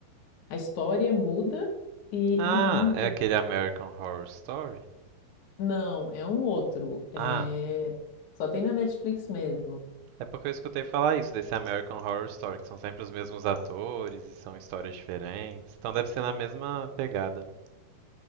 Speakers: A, on the left (about 65°); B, on the right (about 80°).
A: a história muda e
B: Ah,
A: é muito.
B: é aquele
A: bom.
B: American Horror Story?
A: Não, é um outro. É,
B: Ah,
A: só tem na Netflix mesmo.
B: é porque eu escutei falar isso desse American Horror Story, que são sempre os mesmos atores e são histórias diferentes. Então deve ser na mesma pegada, né?